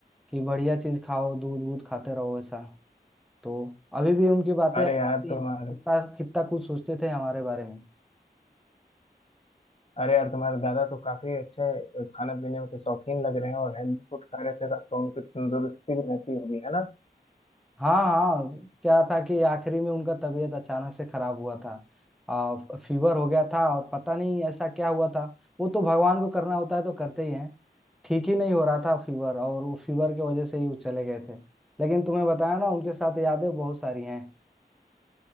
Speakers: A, in the centre; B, on the left.
A: कि बढ़िया चीज खाओ दूध वूध खाते रहो ऐसा तो अभी भी उनकी बातें
B: अरे
A: याद
B: यार
A: आती
B: तुम्हारे
A: हैं, कितना कितना कुछ सोचते थे हमारे बारे में
B: अरे यार तुम्हारे दादा तो काफी अच्छे खाना पीने के शौकीन लग रहे हैं और हेल्दी फूड खा रहे थे तब तो उनकी तंदुरुस्ती भी रहती होगी है ना
A: हाँ हाँ क्या था कि आखिरी में उनका तबीयत अचानक से खराब हुआ था आ, फीवर हो गया था और पता नहीं ऐसा क्या हुआ था वो तो भगवान को करना होता है तो करते ही हैं ठीक ही नहीं हो रहा था फीवर और वो फीवर की वजह से ही वो चले गए थे लेकिन तुम्हें बताया ना उनके साथ यादें बहुत सारी हैं